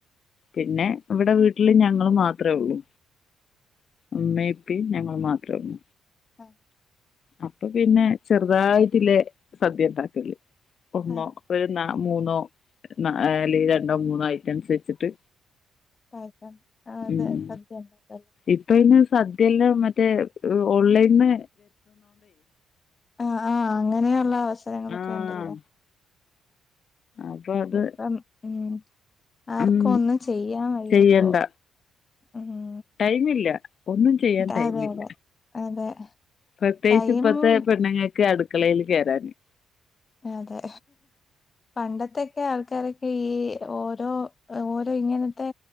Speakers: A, on the left; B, on the left.
A: പിന്നെ ഇവ്ടെ വീട്ടില് ഞങ്ങള് മാത്രേ ഒള്ളൂ ഉമ്മേം ഉപ്പിം ഞങ്ങള് മാത്രോള്ളൂ
B: ആഹ്
A: അപ്പൊ പിന്നെ ചെറുതായിട്ടില്ലേ സദ്യേ ഇണ്ടാക്കല് ഒന്നോ
B: ആഹ്
A: ഒരു ന്നാ മൂന്നോ ന്നാ അല്ലെല് രണ്ടോ മൂന്നോ ഐറ്റംസ് വെച്ചിട്ട്
B: പായസം ആ അതെ
A: ഉം
B: സദ്യണ്ടാക്കല്
A: ഇപ്പൊ അയ്ന് സദ്യല്ലെം മറ്റേ ഓൺലൈൻന്ന്
B: ആഹ് ആഹ് അങ്ങനെയുള്ള അവസരങ്ങളൊക്കെയുണ്ടല്ലേ
A: ആഹ് അപ്പൊ അത്
B: ഇപ്പം ഉം ആർക്കും
A: ഉം
B: ഒന്നും ചെയ്യാൻ വയ്യേപ്പോ
A: ചെയ്യണ്ട
B: മ്മ്ഹ്
A: ടൈമില്ല ഒന്നും ചെയ്യാൻ ടൈമില്ല
B: ആതെ അതെ അതെ
A: പ്രത്യേകിച്ച്
B: ടൈമും
A: ഇപ്പത്തെ പെണ്ണ്ങ്ങക്ക് അടുക്കളയില് കേറാന്
B: ആതെ പണ്ടത്തൊക്കെ ആൾക്കാരൊക്കെ ഈ ഓരോ ഓരോ ഇങ്ങനത്തെ